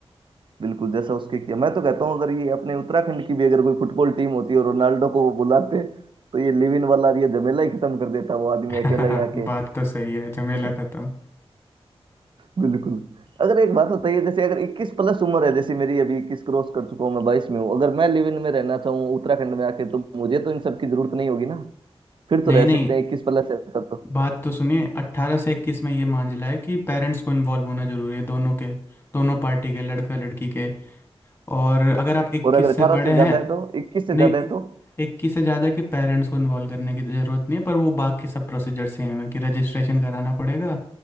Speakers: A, on the right; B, on the left.
A: बिल्कुल जैसा उसके किया मैं तो कहता हूँ अगर ये अपने उत्तराखंड की भी अगर कोई फुटबॉल टीम होती और रोनाल्डो को वो बुलाते तो ये लिव इन वाला ये झमेला ही खत्म कर देता वो आदमी
B: <laughs>
A: अकेला ही आके
B: बात तो सही है झमेला
A: <laughs>
B: खत्म
A: बिल्कुल अगर एक बात बताइए जैसे अगर 21 प्लस उम्र है जैसे मेरी अभी 21 क्रॉस कर चुका हूँ मैं 22 में हूँ अगर मैं लिव इन में रहना चाहूँ उत्तराखंड में आके तो मुझे तो इन सब की जरूरत नहीं होगी ना फिर तो
B: नहीं
A: रह
B: नहीं
A: सकते हैं 21 प्लस है तब तो
B: बात तो सुनिए अट्ठारह से इक्कीस में ये मांझला है कि पेरेंट्स को इन्वॉल्व होना जरूरी है दोनों के दोनों पार्टी के लड़का लड़की के और अगर आप इक्कीस
A: और अगर 18
B: से बड़े
A: से ज्यादा
B: हैं
A: है तो 21 से ज्यादा
B: नहीं
A: है तो
B: एक की से ज़्यादा के पेरेंट्स को इन्वॉल्व करने की ज़रूरत नहीं है पर वो बाकी सब प्रोसीजर सेम है कि रजिस्ट्रेशन कराना पड़ेगा